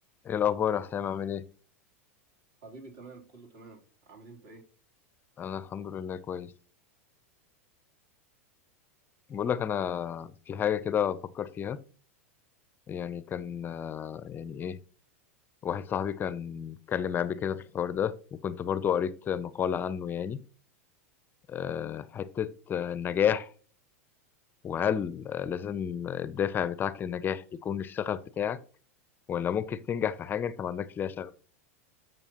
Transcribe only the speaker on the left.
ايه الاخبار يا حسام عامل ايه
انا الحمد لله كويس بقول لك انا في حاجه كده بفكر فيها يعني كان آه، يعني ايه واحد صاحبي كان اتكلم معايا قبل كده في الحوار ده وكنت برضو قريت مقاله عنه يعني آه، حته آه، النجاح وهل آه، لازم الدافع بتاعك للنجاح يكون الشغف بتاعك ولا ممكن تنجح في حاجه انت ما عندكش ليها شغف